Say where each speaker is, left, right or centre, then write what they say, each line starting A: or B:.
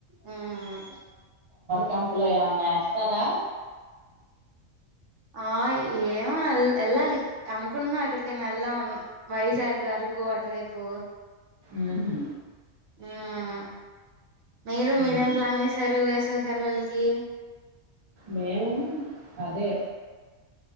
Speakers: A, on the right; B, on the right.
A: హమ్
B: కంపులో ఏమన్నా వస్తారా
A: ఆ ఏమల్ ఎల్లాలి అనుకుంటునం అక్కడికైనా వెళ్దామని వైజాగ్ అరకు అటువైపు
B: ఉహు
A: హమ్ మీరు మీరేం
B: ఉమ్,
A: ప్లాన్ చేశారు సెలవలకి
B: మేము అదే